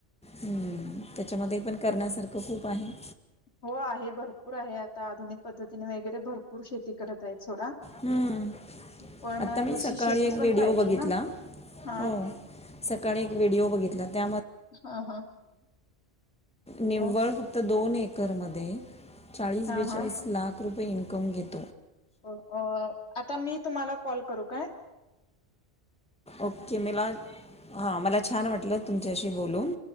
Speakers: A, in the centre; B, on the left.
A: हम्म त्याच्यामध्ये पण करण्यासारखं खूप आहे.
B: हो आहे, भरपूर आहे, आता आधुनिक पद्धतीने वगैरे भरपूर शेती करत आहेत. सोडा
A: हम्म.
B: पण
A: आत्ता मी
B: त
A: सकाळी
B: शेती
A: एक
B: पण
A: व्हिडिओ
B: पाहिजे
A: बघितला
B: ना. हा
A: हो सकाळी एक व्हिडिओ बघितला त्यामध्ये
B: ह हा.
A: निव्वळ
B: हो.
A: फक्त दोन एकर मध्ये, चाळीस
B: हा,
A: बेचाळीस
B: हा.
A: लाख रुपये तो इनकम घेत.
B: हो आता मी तुम्हाला कॉल करू काय?
A: ओके, मला हा मला छान वाटलं तुमच्याशी बोलून.